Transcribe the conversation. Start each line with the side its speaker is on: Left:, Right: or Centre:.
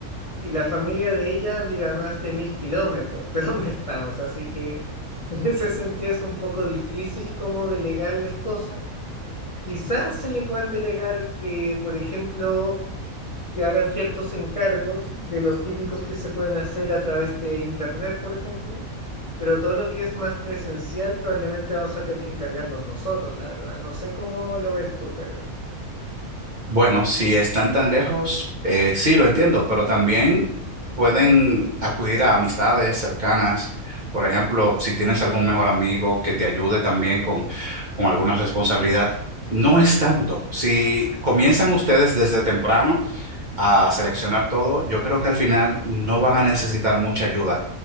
Left: Y la familia de ella vive a más de mil kilómetros de <laughs> donde estamos, así que en ese sentido es un poco difícil como delegarles cosas. Quizás se le puedan delegar, eh, por ejemplo, que hagan ciertos encargos de los típicos que se pueden hacer a través de internet, por ejemplo. Pero todo lo que es más presencial probablemente vamos a tener que encargarnos nosotros, la verdad. No sé cómo lo ves tú, Pedro.
Right: Bueno, si están tan lejos, eh, sí, lo entiendo, pero también pueden acudir a amistades cercanas. Por ejemplo, si tienes algún mejor amigo que te ayude también con, con alguna responsabilidad, no es tanto. Si comienzan ustedes desde temprano, a seleccionar todo, yo creo que al final no van a necesitar mucha ayuda.